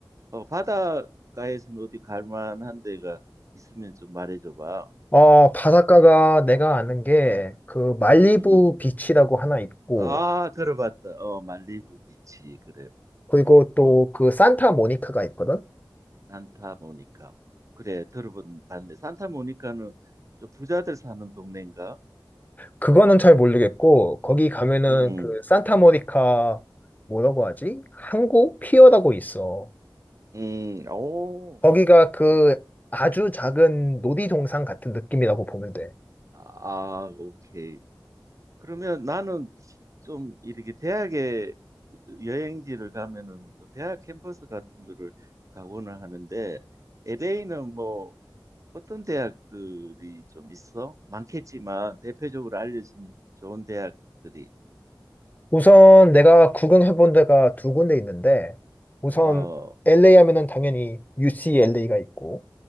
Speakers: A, on the right (about 40°); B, on the left (about 20°).
A: 어, 바닷가에서는 어디 갈 만한 데가 있으면 좀 말해줘 봐.
B: 어, 바닷가가 내가 아는 게
A: 어,
B: 그 말리부
A: 음.
B: 비치라고 하나 있고
A: 아, 들어봤다. 어, 말리부 비치. 그래.
B: 그리고
A: 어,
B: 또 그 산타모니카가 있거든?
A: 산타모니카. 그래, 들어본 봤네. 산타모니카는 좀 부자들 사는 동네인가?
B: 그거는 잘 모르겠고 거기 가면은
A: 음.
B: 그 산타모니카 뭐라고 하지? 항구 피어라고
A: 음.
B: 있어.
A: 음. 오.
B: 거기가 그 아주 작은 놀이동산 같은 느낌이라고 보면 돼.
A: 아, 아, 오케이. 그러면 나는 좀 이렇게 대학에 여행지를 가면은 뭐 대학 캠퍼스 같은 거를 가고는 하는데 LA는 뭐 어떤 대학들이 좀 있어? 많겠지만 대표적으로 알려진 좋은 대학들이
B: 우선 내가 구경해본 데가 두 군데 있는데, 우선
A: 어
B: LA 하면은 당연히 UCLA가 있고,